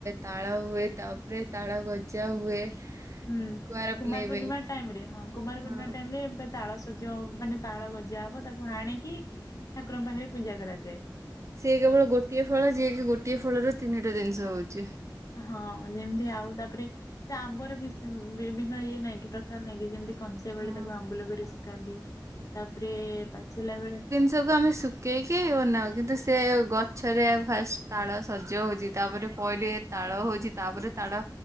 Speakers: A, on the right; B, on the left.
A: ତାଳ ହୁଏ ତାପରେ ତାଳ ଗଜା ହୁଏ।
B: ହୁଁ
A: କୁଆଁର
B: କୁମାର
A: ପୁନେଇ
B: ପୂର୍ଣ୍ଣିମା
A: ପାଇଁ
B: ଟାଇମି ରେ ହଁ କୁମାର
A: ହଁ
B: ପୂର୍ଣ୍ଣିମା ଟାଇମି ରେ ଏମ ତାଳ ସଜ ମାନେ ତାଳ ଗଜା ହବ ତାକୁ ଆଣିକି ଠାକୁରଙ୍କ ପାଖରେ ପୂଜା କରାଯାଏ।
A: ସିଏ କେବଳ ଗୋଟିଏ ଫଳ ଯିଏ କିି ଗୋଟିଏ ଫଳର ତିନିଟା ଜିନିଷ ହଉଛି।
B: ହଁ ଯେମତି ଆଉ ତାପରେ ସେ ଆମ୍ବର ବି ବିଭିନ୍ନ ଇଏ ନାଇଁ କି ପ୍ରକାର ନାଇଁ କି ଯେମିତି କଞ୍ଚା
A: ହଁ
B: ବେଳେ ତାକୁ ଆମ୍ବୁଲ କରି ଶୁଖାନ୍ତି ତାପରେ ପାଚିଲା ବେଳେ
A: ସବୁ ଆମେ ଶୁଖେଇକି ବନାଉ କିନ୍ତୁ ସେ ଗଛରେ ଫାଷ୍ଟ ତାଳ ସଜ ହଉଛି। ତାପରେ ପହିଲେ ତାଳ ହଉଛି ତାପରେ ତାଳ